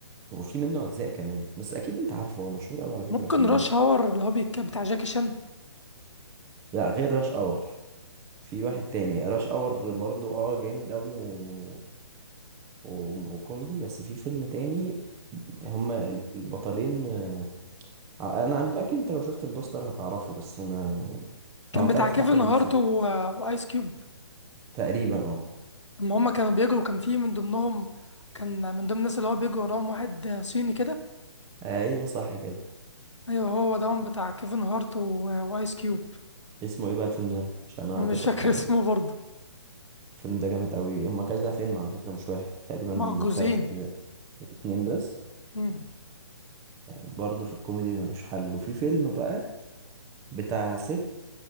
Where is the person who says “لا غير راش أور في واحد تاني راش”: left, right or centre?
Right